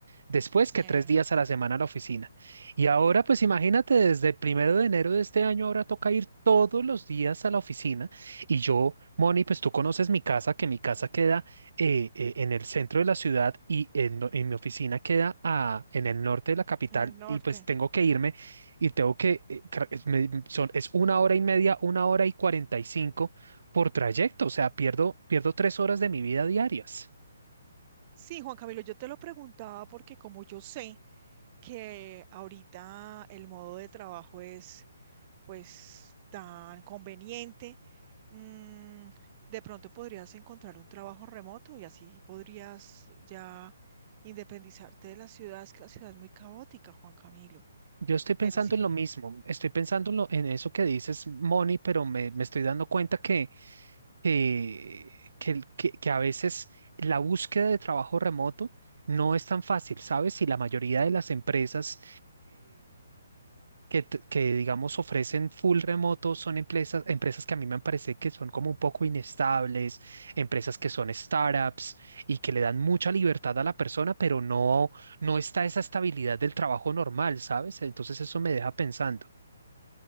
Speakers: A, on the right; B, on the right.
A: después
B: Sí,
A: que
B: En
A: tres días a la semana a la oficina. Y ahora, pues imagínate, desde el primero de enero de este año, ahora toca ir todos los días a la oficina. Y yo, Moni, pues tú conoces mi casa, que mi casa queda eh, eh, en el centro de la ciudad y en, lo- en mi oficina queda a- en el norte de la capital.
B: el norte.
A: Y pues tengo que irme y tengo que, eh, cra- es me- son, es una hora y media, una hora y cuarenta y cinco por trayecto. O sea, pierdo, pierdo tres horas de mi vida diarias.
B: Sí, Juan Camilo, yo te lo preguntaba porque como yo sé, que ahorita el modo de trabajo es pues tan conveniente, mm, de pronto podrías encontrar un trabajo remoto y así podrías ya independizarte de la ciudad. Es que la ciudad es muy caótica, Juan Camilo.
A: Yo estoy pensando
B: Pero sí,
A: en lo mismo, estoy pensando en, lo- en eso que dices, Moni, pero me, me estoy dando cuenta que, que, que, el- que- que a veces la búsqueda de trabajo remoto no es tan fácil, ¿sabes? Y la mayoría de las empresas que, t- que, digamos ofrecen full remoto son empresas, empresas que a mí me parece que son como un poco inestables, empresas que son startups y que le dan mucha libertad a la persona, pero no, no está esa estabilidad del trabajo normal, ¿sabes? Entonces eso me deja pensando.